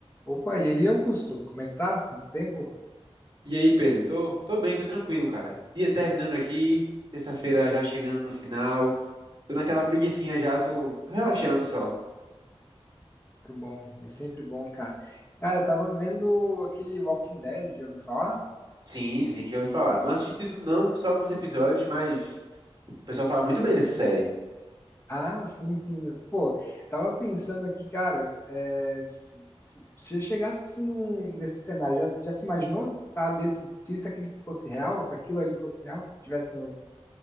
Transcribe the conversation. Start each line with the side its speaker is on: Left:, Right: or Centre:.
Left: Opa, e aí, Augusto? Como é que tá? Quanto tempo?
Right: E aí, Pedro? Tô, tô bem, tô tranquilo, cara. Dia terminando aqui, terça-feira já chegando no final. Tô naquela preguicinha já, tô, tô relaxando só.
Left: Muito bom, é sempre bom, cara. Cara, eu tava vendo aquele Walking Dead, já ouviu falar?
Right: Sim, sim, já ouvi falar. Não assisti tudo não, só alguns episódios, mas o pessoal fala muito bem dessa série.
Left: Ah, sim, sim. Pô, tava pensando aqui, cara, é, se, se- se eu chegasse assim num- nesse cenário, já, já se imaginou estar dentro, se isso aquilo fosse real, se aquilo ali fosse real, se tivesse no...